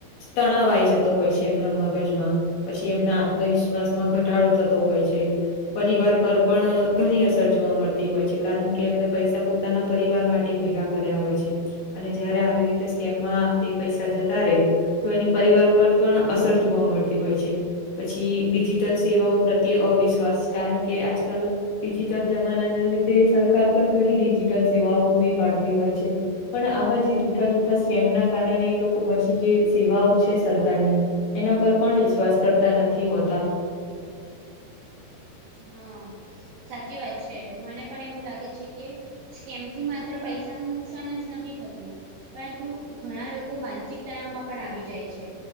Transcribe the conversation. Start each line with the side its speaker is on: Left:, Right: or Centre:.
Left: તણાવ આઈ જતો હોય છે એમના મગજમાં પછી એમના આત્મવિશ્વાસ માં ઘટાડો થતો હોય છે. પરિવાર પર પણ ઘરી અસર જોવા મળતી હોય છે કારણ કે એમને પૈસા પોતાના પરિવાર માટે ભેગા કર્યા હોય છે અને જયારે આવી રીતે સ્કેમમાં એ પૈસા જતા રે તો એની પરિવાર પર પણ અસર જોવા મળતી હોય છે. પછી ડિજિટલ સેવાઓ પ્રત્યે અવિશ્વાસ કારણ કે આજકાલ ડિજિટલ જમાનાને લીધે સરકાર પણ ઘણી ડિજિટલ સેવાઓ પૂરી પાડતી હોય છે. પણ આવા જે જૂઠા જૂઠા સ્કેમ ના કારણે એ લોકો પછી જે સેવાઓ છે સરકારની એના પર પણ વિશ્વાસ કરતા નથી હોતા.
Right: હા સાચી વાત છે મને પણ એવું લાગે છે કે કેમથી માત્ર પૈસા નુ નુકસાન જ નથી થતું પરંતુ ઘણા લોકો માનસિક તણાવમાં પણ આવી જાય છે,